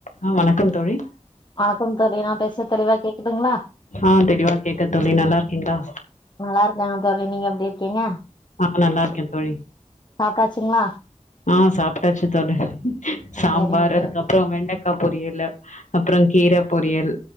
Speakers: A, on the left (about 85°); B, on the left (about 40°).
A: ஆ வணக்கம் தோழி
B: வணக்கம் தோழி நா பேசறத் தெளிவா கேக்குதுங்க்ளா
A: ஆ தெளிவா கேட்குத் தோழி நல்லா இருக்கீங்களா
B: நல்லா இருக்கங்க தோழி நீங்க எப்டி இருக்கீங்க
A: ஆ நல்லா இருக்கே தோழி
B: சாப்ட்டாச்சுங்களா
A: ஆ சாப்ட்டாச்சு தோழி சாம்பார்
B: சரிங்க தோழி
A: அதுக்கப் ப்றோ வெண்டக்கா பொரியல் அப்ற கீர பொரியல்